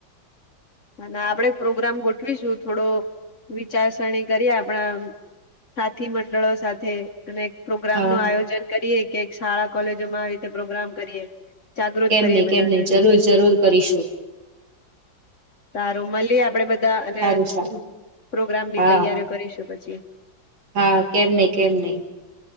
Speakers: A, on the left; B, on the right.
A: અને આપણેે પ્રોગ્રામ ગોઠવીશું, થોડો વિચારસરણી કરીએ આપણા. સાથી મંડળો સાથે. અને એક પ્રોગ્રામનું
B: હા
A: આયોજન કરીએ કે એક શાળા કોલેજોમાં આવી રીતે પ્રોગ્રામ કરીએ. જાગૃત
B: કેમ
A: કરીએ
B: નહિ, કેમ
A: બધાને
B: નહી જરૂર જરૂર કરીશું.
A: સારું મળીએ આપડે બધા અને
B: સારું સારું
A: પ્રોગ્રામની
B: હા
A: તૈયારીઓ કરીશું પછી.
B: હા, કેમ નહી કેમ નહી.